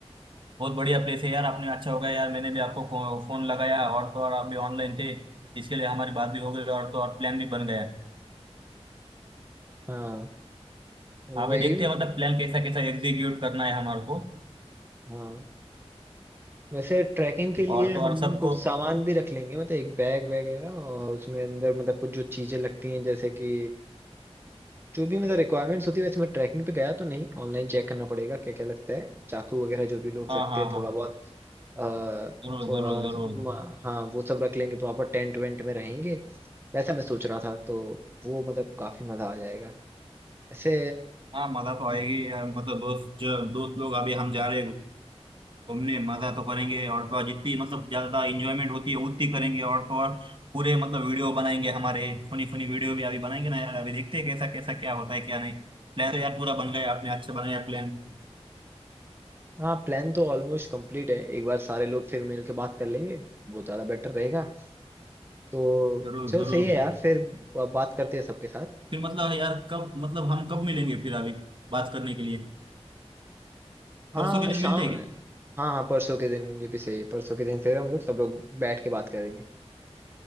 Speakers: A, on the right; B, on the right.
A: बहुत बढ़िया प्लेस है यार आपने अच्छा हो गया यार मैंने भी आपको फो, फोन लगाया और तो और आप भी ऑनलाइन थे इसके लिए हमारी बात भी हो गई और तो और प्लान भी बन गया
B: हाँ
A: हाँ
B: वही
A: अभी देखते हैं मतलब प्लान कैसा कैसा एग्जीक्यूट करना है हमारे को
B: हाँ वैसे ट्रैकिंग के लिए
A: और तो और
B: हम
A: सबको
B: कुछ सामान भी रख लेंगे मतलब एक बैग वगैरह और उसमें अंदर मतलब कुछ जो चीजें लगती हैं जैसे कि जो भी मतलब रिक्वायरमेंट्स होती है वैसे मैं ट्रैकिंग पे गया तो नहीं ऑनलाइन चेक करना पड़ेगा क्या क्या लगता है चाकू वगैरह जो भी लोग
A: हाँ
B: रखते
A: हाँ
B: हैं
A: हाँ
B: थोड़ा बहुत आ,
A: जरूर
B: थोड़ा
A: जरूर जरूर
B: म- हाँ वो सब रख लेंगे प्रॉपर टेंट वेंट में रहेंगे वैसा मैं सोच रहा था तो वो मतलब काफी मजा आ जाएगा ऐसे
A: हाँ मजा तो आएगी यार मतलब दोस्त जो दोस्त लोग अभी हम जा रहे हैं घूमने मजा तो करेंगे और तो और जितनी मतलब ज्यादा इंजॉयमेंट होती है उतनी करेंगे और तो और पूरे मतलब वीडियो बनाएंगे हमारे फनी फनी वीडियो भी अभी बनाएंगे ना यार अभी देखते हैं कैसा कैसा क्या होता है क्या नहीं प्लान तो यार पूरा बन गया आपने अच्छा बनाया प्लान
B: हाँ प्लान तो ऑलमोस्ट कंप्लीट है एक बार सारे लोग फिर मिल के बात कर लेंगे वो ज्यादा बेटर रहेगा तो
A: जरूर
B: चलो
A: जरूर
B: सही है यार फिर ब- बात करते हैं सबके साथ
A: फिर मतलब यार कब मतलब हम कब मिलेंगे फिर अभी बात करने के लिए
B: हाँ
A: परसों के दिन
B: शाम
A: मिलते हैं
B: हाँ
A: क्या?
B: हाँ परसों के दिन ये भी सही है परसों के दिन फिर हम लोग सब लोग बैठ के बात करेंगे